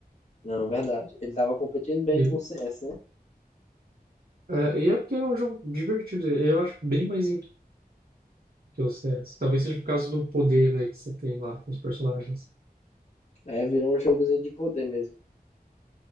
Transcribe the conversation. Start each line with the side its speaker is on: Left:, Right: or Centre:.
Left: Não, verdade. Ele tava competindo bem
Right: E
Left: com o CS, né?
Right: é, e é porque ele é um jogo divertido. Eu acho bem mais intuitivo que o CS. Talvez seja por causa do poder, né, que você tem lá com os personagens.
Left: Aí virou um jogozinho de poder mesmo.